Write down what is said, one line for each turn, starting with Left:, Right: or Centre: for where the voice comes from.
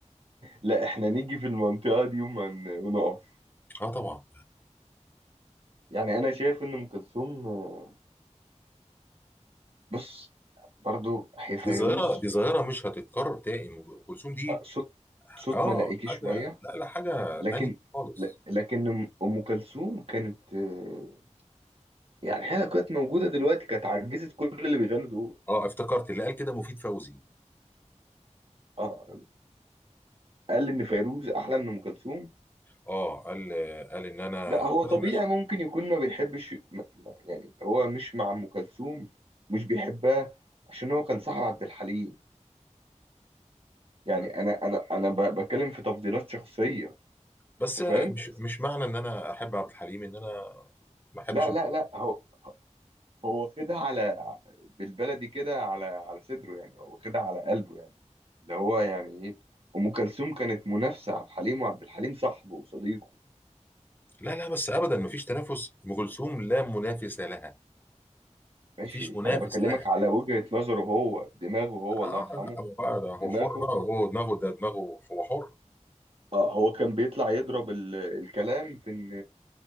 Right: لا احنا نيجي في المنطقة دي وما ن- ونقف
Left: اه طبعا
Right: يعني انا شايف ان ام كلثوم آه، بص برضو هي فيروز
Left: دي ظاهره دي ظاهره مش هتتكرر تاني ام كلثوم دي
Right: آه، صوت صوت
Left: اه
Right: ملائكي
Left: حاجه
Right: شوية
Left: لا لا حاجه
Right: لكن
Left: تانية خالص
Right: ل- لكن ام أم كلثوم كانت آه، يعني هي لو كانت موجودة دلوقتي كانت عجزت كل اللي بيغنوا دول
Left: اه افتكرت اللي قال كده مفيد فوزي
Right: اه قال ان فيروز احلى من ام كلثوم
Left: اه قال قال ان انا
Right: لا هو
Left: وانا
Right: طبيعي
Left: ماشي
Right: ممكن يكون ما بيحبش م- م- يعني هو مش مع ام كلثوم مش بيحبها عشان هو كان صاحب عبد الحليم يعني
Left: مم.
Right: انا انا انا ب- بتكلم في تفضيلات شخصيه
Left: بس
Right: انت فاهم
Left: مش مش معنى ان انا احب عبد الحليم ان انا ما احبش
Right: لا لا لا هو هو واخدها على بالبلدي كده على على صدره يعني هو واخدها على قلبه يعني اللي هو يعني ايه ام كلثوم كانت منافسه عبد الحليم وعبد الحليم صاحبه وصديقه
Left: لا لا بس ابدا مفيش تنافس ام كلثوم لا منافس لها
Right: ماشي
Left: مفيش منافس
Right: انا بكلمك
Left: لها
Right: على وجهه نظره هو دماغه هو
Left: اه
Right: الله يرحمه
Left: لا هو بقى ده هو
Right: دماغه
Left: حر بقى هو دماغه ده دماغه هو حر
Right: اه هو كان بيطلع يضرب ال... الكلام في ان